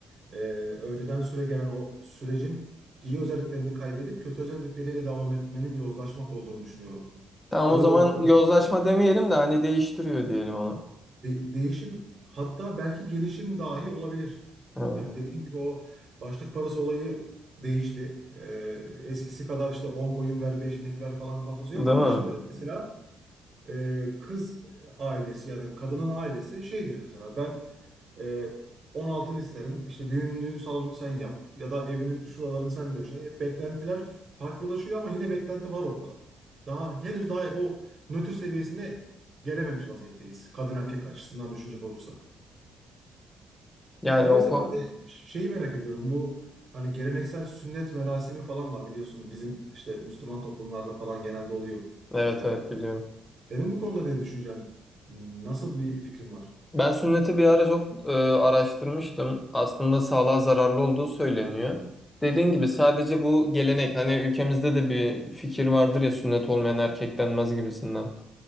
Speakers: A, on the right; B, on the left.
A: e, önceden süre gelen o sürecin iyi özelliklerini kaybedip kötü özellikleriyle devam etmenin yozlaşmak olduğunu düşünüyorum.
B: Tamam
A: Öyle
B: o zaman
A: olduğunu
B: yozlaşma
A: düşünüyorum.
B: demeyelim de hani değiştiriyor diyelim onu.
A: De- değişim hatta belki gelişim dahi olabilir.
B: Hı.
A: Yani dediğin gibi o başlık parası olayı değişti. Ee, eskisi kadar işte 10 koyun ver, 5 inek ver falan kafası
B: Değil
A: yok ama
B: mi?
A: şimdi mesela e, kız ailesi yani kadının ailesi şey diyor mesela ben e, 10 altın isterim işte düğün, salonunu sen yap ya da evinin şuralarını sen döşe. E, Beklentiler farklılaşıyor ama yine beklenti var ortada. Daha henüz daha o nötr seviyesine gelememiş vaziyetteyiz kadın erkek açısından düşünecek olursak.
B: Yani
A: Ben
B: o
A: mesela
B: konu...
A: bir de şeyi merak ediyorum bu hani geleneksel sünnet merasimi falan var biliyorsun bizim işte Müslüman toplumlarda falan genelde oluyor.
B: Evet
A: Ee,
B: evet biliyorum.
A: senin bu konuda ne düşüncen? Nasıl bir fikrin var?
B: Ben sünneti bir ara çok e, araştırmıştım. Aslında sağlığa zararlı olduğu söyleniyor. Dediğin gibi sadece bu gelenek hani ülkemizde de bir fikir vardır ya sünnet olmayan erkek denmez gibisinden.